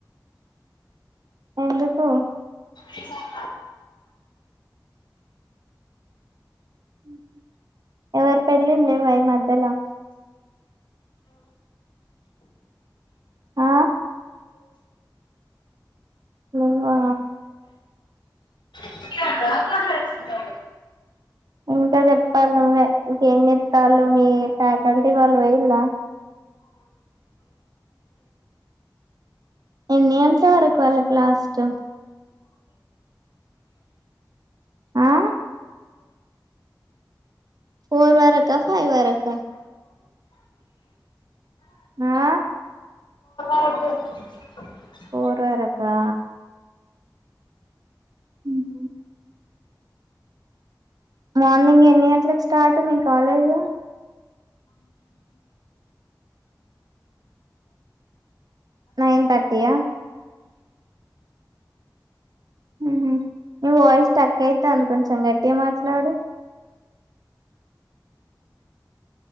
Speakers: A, on the right (about 55°); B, on the left (about 85°).
A: ఎందుకో
B: చూసిన
A: మ్మ్ హ్మ్ ఎవరు పెళ్ళిల్లేవా ఈ మధ్యలో ఆ లేంగా
B: <unintelligible> ఇంక
A: ఇంకా చెప్పాలి నువ్వే ఇంకేం చేత్తా ల్లు మీ ఫ్యాకల్టీ వాళ్ళు వోయిల్లా ఎన్ని యేంత వరకు వాళ్ళకు లాస్ట్ ఆ ఫోర్ వరకా ఫైవ్ వరకా ఆ
B: ఓ
A: పోర్వరకా మ్మ్ హుం మార్నింగ్ ఎన్ని గంటలకు స్టార్ట్ మీ కాలేజ్ నైన్ థర్టీయా మ్మ్ హ్మ్ నీ వాయిస్ స్టక్ అయితాంది కొంచెం గట్టిగా మాట్లాడు